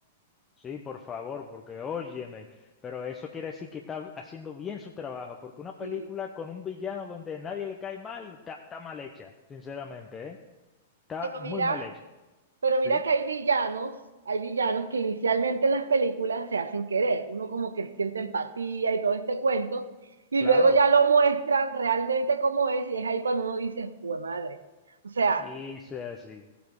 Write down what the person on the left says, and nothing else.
Sí, por favor, porque óyeme, pero eso quiere decir que está haciendo bien su trabajo, porque una
película con un villano donde nadie le cae mal, está, está mal hecha, sinceramente, ¿eh? Está
muy
mal hecha,
sí,
claro,
y es así,